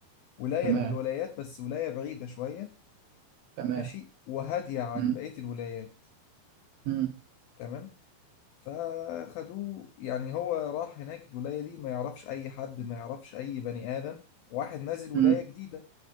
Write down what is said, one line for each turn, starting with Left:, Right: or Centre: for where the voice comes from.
Left: ولاية
Right: تمام
Left: من الولايات بس ولاية بعيدة شوية
Right: تمام
Left: ماشي وهادية عن
Right: مم.
Left: بقية الولايات
Right: مم.
Left: تمام فخدوه يعني هو راح هناك الولاية دي ما يعرفش أي حد ما يعرفش أي بني آدم واحد نازل ولاية
Right: مم.
Left: جديدة